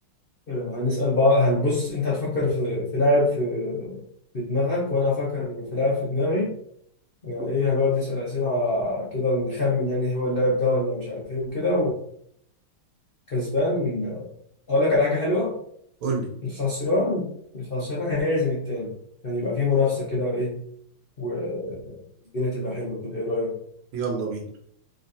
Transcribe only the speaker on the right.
قول لي
يلا بينا